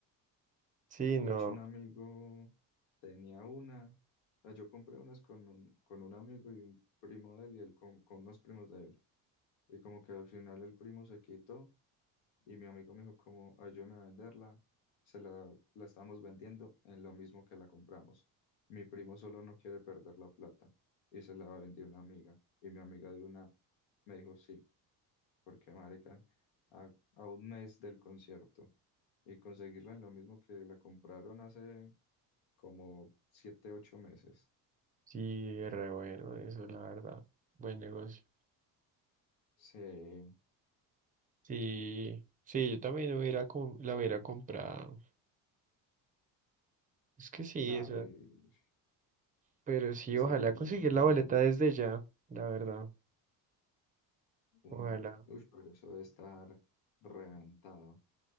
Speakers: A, on the right (about 20°); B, on the left (about 85°).
A: Sí,
B: De
A: no.
B: hecho, un amigo tenía una. ah, Yo compré unas con un, con un amigo y un primo de él y él con, con unos primos de él. Y como que al final el primo se quitó y mi amigo me dijo como ayúdame a venderla. Se la, la estamos vendiendo en lo mismo que la compramos. Mi primo solo no quiere perder la plata y se la vendió una amiga. Y mi amiga de una me dijo sí, porque marica, a, a un mes del concierto y conseguirla en lo mismo que la compraron hace como siete, ocho meses.
A: Sí, es re bueno, eso la verdad. Buen negocio.
B: Sí,
A: Sí, sí, yo también hubiera, com- la hubiera comprado. Es que sí,
B: claro,
A: eso.
B: y
A: Pero sí,
B: salió
A: ojalá conseguir
B: la- ganando.
A: la boleta desde ya, la verdad.
B: Un,
A: Ojalá.
B: uy, pero eso debe estar reventado.